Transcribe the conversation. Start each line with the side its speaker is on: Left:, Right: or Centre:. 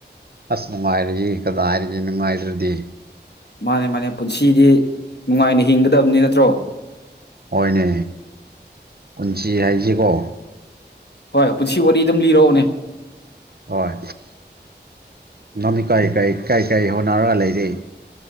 Right: ꯑꯁ ꯅꯨꯉꯥꯏꯔꯦꯍꯦ ꯀꯗꯥꯏꯗꯒꯤ ꯅꯤꯡꯉꯥꯏꯗ꯭ꯔꯗꯤ
Left: ꯃꯥꯟꯅꯦ ꯃꯥꯟꯅꯦ ꯄꯨꯟꯁꯤꯗꯤ ꯅꯨꯡꯉꯥꯏꯅ ꯍꯤꯡꯒꯗꯕꯅꯤ ꯅꯠꯇ꯭ꯔꯣ
Right: ꯍꯣꯏꯅꯦ ꯄꯨꯟꯁꯤ ꯍꯥꯏꯁꯤꯀꯣ
Left: ꯍꯣꯏ ꯄꯨꯟꯁꯤ ꯋꯥꯔꯤ ꯗꯨꯝ ꯂꯤꯔꯛꯑꯣꯅꯦ
Right: ꯍꯣꯏ ꯅꯪꯗꯤ ꯀꯩ ꯀ ꯩꯀꯩ ꯀꯩ ꯍꯣꯠꯅꯔꯒ ꯂꯩꯔꯤ